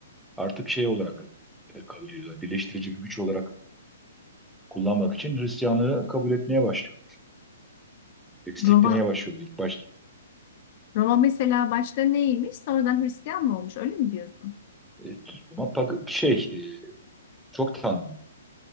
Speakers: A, in the centre; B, on the left (about 40°).
A: artık şey olarak e, kabul ediyorlar. Birleştirici bir güç olarak kullanmak için Hristiyanlığı kabul etmeye başlıyorlar. Desteklemeye
B: Roma,
A: başlıyorlar ilk başta.
B: Roma mesela başta neymiş? Sonradan Hristiyan mı olmuş? Öyle mi diyorsun?
A: E, Roma pag- şey e, Çok tanrı.